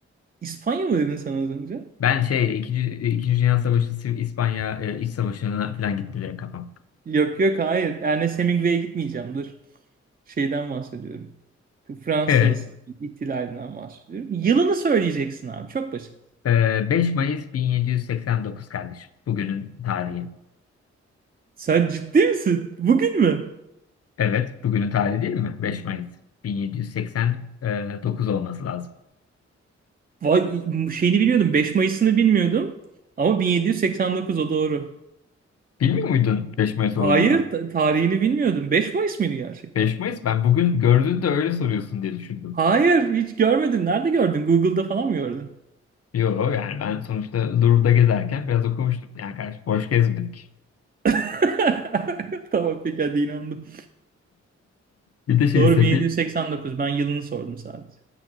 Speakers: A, on the right; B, on the left.
A: İspanya mı dedin sen az önce?
B: Ben şey ikinci ikinci Dünya Savaşı Siv- İspanya e, İç Savaşı'na falan gitti direkt kafam.
A: Yok yok hayır. Ernest Hemingway'e gitmeyeceğim. Dur. Şeyden bahsediyorum. Fransız
B: Evet.
A: ihtilalinden bahsediyorum. Yılını söyleyeceksin abi. Çok basit.
B: E, 5 Mayıs 1789 kardeşim. Bugünün tarihi.
A: Sen ciddi misin? Bugün mü?
B: Evet. Bugünün tarihi değil mi? 5 Mayıs 1789 olması lazım.
A: Vay, şeyini biliyordum. 5 Mayıs'ını bilmiyordum. Ama 1789 o doğru.
B: Bilmiyor muydun 5 Mayıs
A: Hayır,
B: olduğunu?
A: ta- tarihini bilmiyordum. beş Mayıs mıydı gerçekten?
B: 5 Mayıs ben bugün gördün de öyle soruyorsun diye düşündüm.
A: Hayır, hiç görmedin. Nerede gördün? Google'da falan mı gördün?
B: Yok yani ben sonuçta Louvre'da gezerken biraz okumuştum. Yani kardeş boş gezmedik.
A: <laughs> Tamam peki hadi inandım.
B: Bir de şey
A: Doğru
B: sefil,
A: 1789. Ben yılını sordum sadece.